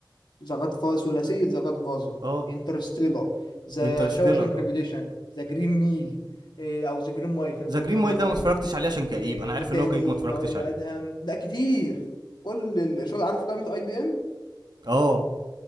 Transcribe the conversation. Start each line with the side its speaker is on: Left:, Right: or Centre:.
Left: ذا جاد فا... ثلاثيه ذا جاد فازر
Right: اه
Left: انترستيلر ذا
Right: انترستيلر
Left: شاوشانك ريبيديشن
Right: اه
Left: ذا جرين ميل إيه، او ذا جرين مايل في ناس
Right: ذا
Left: بتقول
Right: جرين
Left: ذا
Right: مايل
Left: جرين مايل
Right: ده انا ما اتفرجتش عليه عشان
Left: ايه
Right: كئيب انا عارف
Left: إيه تاني
Right: ان هو كئيب ما اتفرجتش
Left: يقعد ادهم
Right: عليه
Left: لا كتير كل ال... شو عارف قائمه اي بي ام
Right: اه